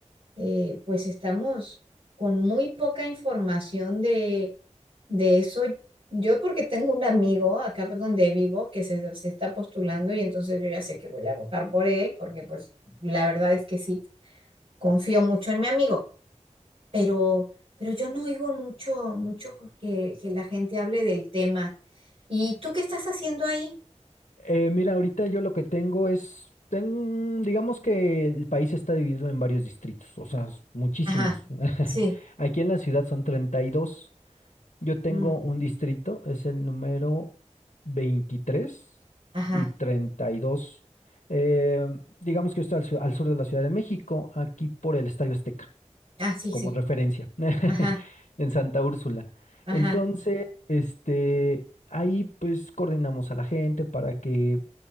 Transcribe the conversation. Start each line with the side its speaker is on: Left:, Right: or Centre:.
Right: eh, pues estamos con muy poca información de, de eso. Yo porque tengo un amigo acá por donde vivo que se, se está postulando y entonces yo ya sé que voy a votar por él porque pues la verdad es que sí, confío mucho en mi amigo, pero, pero yo no oigo mucho, mucho que, que la gente hable del tema. ¿Y tú qué estás haciendo ahí?
Left: Eh, mira, ahorita yo lo que tengo es, ten- digamos que el país está dividido en varios distritos, o sea, s- muchísimos.
Right: Ajá,
Left: <laughs>
Right: sí.
Left: Aquí en la ciudad son 32. Yo tengo
Right: Mm,
Left: un distrito, es el número 23
Right: ajá.
Left: y 32. Eh, digamos que yo estoy al, su- al sur de la Ciudad de México, aquí por el Estadio Azteca,
Right: Ah, sí,
Left: como
Right: sí.
Left: referencia,
Right: Ajá,
Left: <laughs> en Santa Úrsula.
Right: ajá.
Left: Entonces, este, ahí pues coordinamos a la gente para que